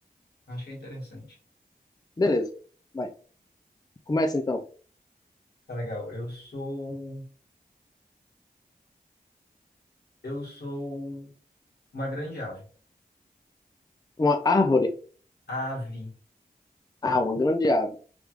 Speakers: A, on the left; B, on the left.
A: Acho que é interessante.
B: Beleza, vai. Começa então.
A: Tá legal. Eu sou. Eu sou uma grande ave.
B: Uma árvore?
A: Ave.
B: Ah, uma grande ave.